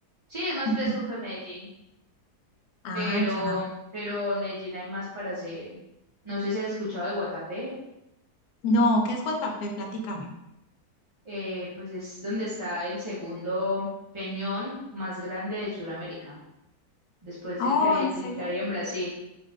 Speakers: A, on the right; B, on the left.
A: Sí, es más
B: Ujú.
A: fresco que Medellín,
B: Ah,
A: pero,
B: ya.
A: pero en Medellín hay más para hacer. No sé si has escuchado de Guatapé.
B: No, ¿qué es Guatapé? Platícame.
A: eh, pues es donde está el segundo peñón más grande de Sudamérica, después
B: Oh,
A: del que hay,
B: ¿en
A: del
B: serio?
A: que hay en Brasil.